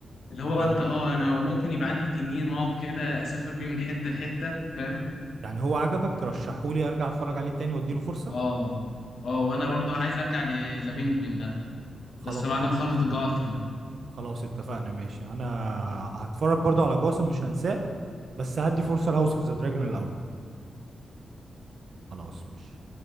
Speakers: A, on the left (about 65°); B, on the right (about 50°).
A: اللي هو
B: يعني
A: أنت أه أنا ممكن يبقى عندي تنين وأقعد كده أسافر بيه من حتة لحتة فاهم
B: يعني هو عجبك ترشحه لي ارجع اتفرج عليه تاني واديله فرصة
A: أه أه وأنا برضه عايز أرجع لذا بينجوين ده
B: خلاص
A: بس بعد ما أخلص
B: اتفقنا
A: جاثم
B: خلاص اتفقنا ماشي انا هتفرج برضو على جاسم مش هنساه بس هدي فرصة لهاوس اوف ذا دراجون الاول خلاص ماشي